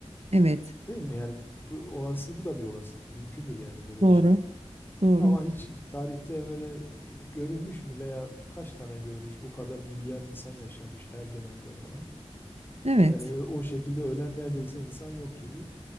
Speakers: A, on the right (about 65°); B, on the left (about 20°).
A: Evet.
B: Değil mi? Yani bu olası bu da bir olasılık. Mümkündür yani böyle
A: Doğru.
B: bir şey.
A: Doğru.
B: Ama hiç tarihte böyle görülmüş mü veya kaç tane görülmüş? Bu kadar milyar insan yaşamış her dönemde falan.
A: Evet.
B: Yani ö- o şekilde ölen neredeyse insan yok gibi.